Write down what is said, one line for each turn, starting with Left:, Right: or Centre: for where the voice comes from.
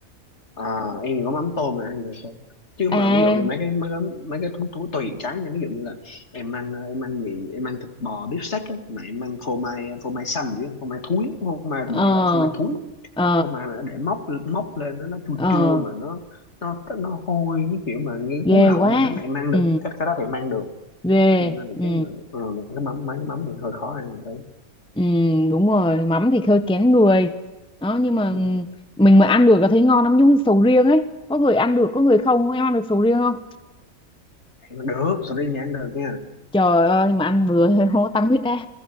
Left: À, em thì có mắm tôm mà ăn được thôi chứ
Centre: à
Left: mà ví dụ như mấy cái mấy cái mấy cái thú thú tùy cái nha ví dụ như là em ăn em ăn mì em ăn thịt bò beef steak á mà em ăn phô mai phô mai xanh chứ không phô mai thúi phô mai
Centre: ờ
Left: mình hay gọi là phô mai thúi
Centre: ờ
Left: phô mai mà nó để móc móc lên nó nó chua
Centre: ờ
Left: chua mà nó nó nó hôi cái kiểu mà nghe
Centre: ghê
Left: cuốn họng
Centre: quá
Left: mình nó mà em ăn
Centre: ừ
Left: được cái cái đó thì em ăn được
Centre: ghê
Left: đó thì em ăn được
Centre: ừ
Left: chứ mà ờ, mấy cái mắm mấy cái mắm thì hơi khó ăn Mình thấy
Centre: ừ đúng rồi mắm thì hơi kén người đó nhưng mà ừ,
Left: ừ,
Centre: mình mà ăn được là thấy ngon lắm giống như sầu riêng ấy có người ăn được có người không em ăn được sầu riêng không
Left: em ăn được sorry nha ăn được nha
Centre: trời ơi mà ăn
Left: Ừ.
Centre: vừa <laughs> thôi không có tăng huyết áp